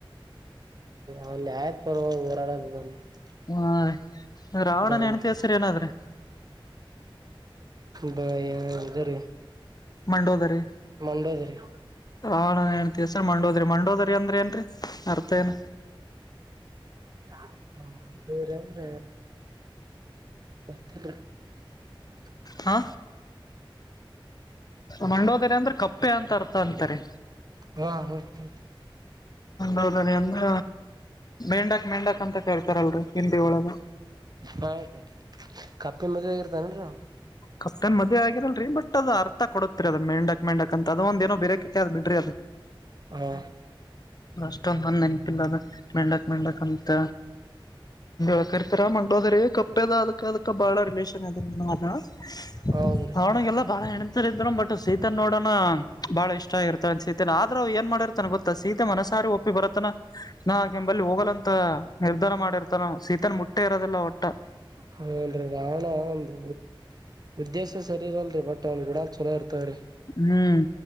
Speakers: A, on the right; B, on the left.
A: ಹಲ್ಲಿ ಆಯ್ತ್ ಪರ್ವ <unintelligible>
B: ಹಾ ರ ರಾವಣನ
A: ಧರ್ಮ
B: ಹೆಣತವಿ ಸರಿ ಏನಾದ್ರೆ
A: <inaudible>
B: ಮಂಡೋದರಿ
A: ಮಂಡೇದ್ರಿ <inaudible>
B: ರಾವಣನಿಗೆ ಹೆಂಡತಿಯ ಹೆಸರು ಮಂಡೋದ್ರಿ ಮಂಡೋದ್ರಿ ಅಂದ್ರ ಏನ್ರೀ ಅರ್ಥ ಏನ
A: ಹ ದೂರ <inaudible> ಮತ್ತೆ <inaudible>
B: ಹಾ <inaudible> ಮಂಡೋದರೆ ಅಂದ್ರೆ ಕಪ್ಪೆ ಅಂತ ಅರ್ಥ ಅಂತಾರೆ
A: ಹಾ ಹ್ಮ ಹ
B: ಹೌದ ಅಂದ್ರ ಮೆಂಡಾಕ್ ಮೆಂಡಕ್ ಅಂತ ಕೇರ್ತಾರಲ್ರರಿ ಹಿಂದಿ ಒಳಗ
A: ಹಾ ರೀ ಕಪ್ಪಿ ಮದದಗ ಇರ್ತನ್ರ
B: ಕಪ್ಟೆನ್ ಮದ ಆಗಿರಲ್ರರಿ ಬಟ್ ಅದ ಅರ್ಥ ಕೊಡತತಿರಿ ಅದ ಮೇಂಡಕ್. ಮೆಂಡಕ್ ಅದು ಒಂದೇನೋ ಬೇರೆ ಅ ಬಿಡ್ರಿ ಅದು
A: ಹಾ
B: ಅಷ್ಟೊ ನನಪಿಲ್ಲ ಅ ಮಂಡಕ್ಂತ ಹಕ ಇರ್ತಾರ ಮಂಡೋದ್ರ ಕಪ್ಪೆದ ಅದಕ ಅದಕ ಬಾಳ ರಿಲೇಷನ್ <inaudible>
A: ಹೌದ್ರಿ
B: ಅವಣಗೆಲ್ಲ ಬಾಳ ಹೆಣ ಇದ್ರು ಬಟ್ ಸೀತ ನೋಡೋಣ ಬಾಳ ಇಷ್ಟ ಆಗಿರ್ತ ಅನ್ ಸೀತನ್ ಆದ್ರರು ಏನ್ ಮಾಡಿರ್ತನ್ ಗೊತ್ತಾ ಸೀತೆ ಮನಸಾರಿ ಒಪ್ಪಿ ಬರತನ ನಾ ಕೆಂಬಲ್ಲಿ ಹೋಗಲಂತ ನಿರ್ಧಾರ ಮಾಡಿರ್ತಾನ ಸೀತನ್ ಮುಟ್ ಒಟ್ಟ ಇರೋದಿಲ್ಲ ಒಟ್ಟೆ
A: ಹನ್ರರಿ ರಣ ಒಂದು ಉದ್ದೇಶ ಸರಿ ಇರಲ್ರಿ ಬಟ್ ಅವನ್ ಗುಡಲ್ ಚಲೋ ಇರ್ತವ್ರೀ
B: ಹ್ಮ್